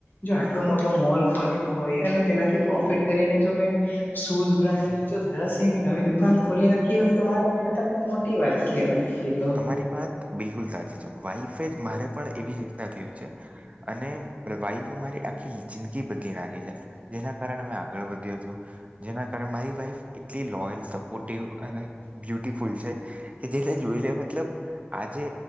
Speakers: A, on the left; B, on the right.
A: જો આટલો મોટો મોલ ખોલ્યો હોય. અને તેનાથી પ્રોફિટ કરીને જો મેં શૂઝ બ્રાન્ડની જો દસ એવી નવી દુકાન ખોલી નાખી હોય તો મારા માટે તો બહુ મોટી વાત કેવાય એતો.
B: તારી વાત બિલકુલ સાચી છે. વાઈફે જ મારે પણ એવી જ રીતના થયું છે. અને વાઈફએ મારી આખી જિંદગી બદલી નાખી છે. જેના કારણે મેં આગળ વધ્યો છું. જેના કારણે મારી વાઈફ એટલી લોયલ, સપોર્ટિવ અને બ્યુટીફુલ છે. કે જેને જોઈ લેવે આજે